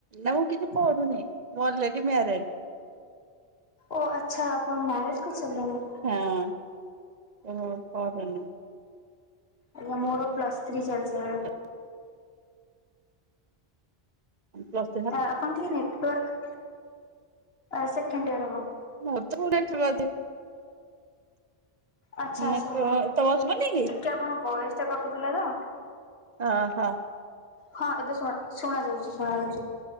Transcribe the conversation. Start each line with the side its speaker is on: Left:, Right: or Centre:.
Right: ନା ମୁଁ କିଛି ପଢ଼ୁନି ମୁଁ ଅଲରେଡି ମ୍ୟାରେଟ୍।
Left: ଓ ଆଚ୍ଛା ଆପଣ ମ୍ୟାରଜ୍ କରି ସାରିଲେଣି।
Right: ହଁ ମୁଁ ପଢ଼େନି।
Left: ଆଜ୍ଞା ମୋର ପ୍ଲସ୍ ଥ୍ରୀ ଚାଲିଚି ଏବେ।
Right: <inaudible> ପ୍ଲସ୍
Left: ଆଁ ଆପଣ ଟିକିଏ ନେଟୱାର୍କ ଅଁ ସେକେଣ୍ଡ ଇୟର ହବ।
Right: ମୋ <unintelligible> ଆଜି।
Left: ଆଚ୍ଛା
Right: ନେଟୱର୍କ
Left: ଆଚ୍ଛା ହଁ
Right: ତମର ଶୁଭୁନି କି?
Left: ଟିକେ ଆପଣଙ୍କ ବୟସଟା କଟୁଥିଲାତ
Right: ଓହୋ
Left: ହଁ ଏବେ ଶୁଣା ଶୁଣ ଯାଉଚି ଶୁଣ ଯାଉଚି।